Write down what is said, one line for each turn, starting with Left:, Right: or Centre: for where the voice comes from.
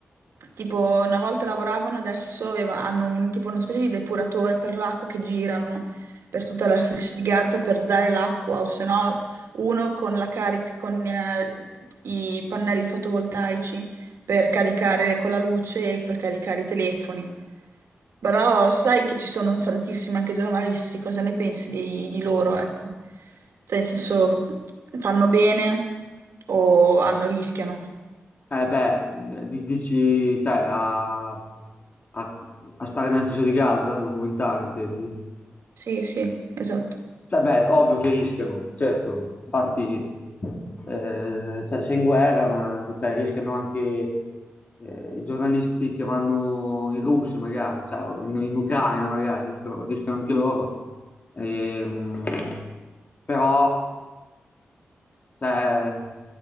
Right: tipo una volta lavoravano, adesso aveva- hanno un- tipo una specie di depuratore per l'acqua che girano per tutta la striscia di Gaza per dare l'acqua, o se no uno con la carica, con eh, i pannelli fotovoltaici per caricare con la luce e per caricare i telefoni. Però sai che ci sono un tantissimi anche giornalisti, cosa ne pensi di, di loro, ecco? Cioè, nel senso, fanno bene o hanno, rischiano.
Left: Eh beh, di- dici, cioè, a, a- a stare nella striscia di Gaza, a documentare, intendi?
Right: Sì, sì, esatto.
Left: Vabbè, ovvio che rischiano, certo, infatti eh, cioè, sei in guerra, ma cioè, rischiano anche eh, i giornalisti che vanno in Russia magari, cioè, o in, in Ucraina magari, rischiano, rischiano anche loro. Ehm, però cioè,